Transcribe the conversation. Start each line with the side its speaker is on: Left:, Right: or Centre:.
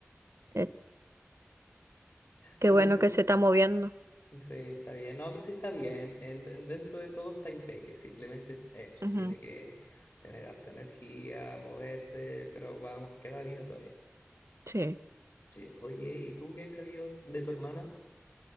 Right: Eh, qué
Left: Oye,
Right: bueno
Left: tú,
Right: que se está moviendo.
Left: sí, está bien. No, pero sí está bien. en- en- dentro de todo está impeque. Simplemente eso,
Right: Ujú,
Left: tiene que tener harta energía, moverse, pero vamos, queda vida todavía.
Right: Sí.
Left: Sí, oye, ¿y tú qué has sabido de tu hermana?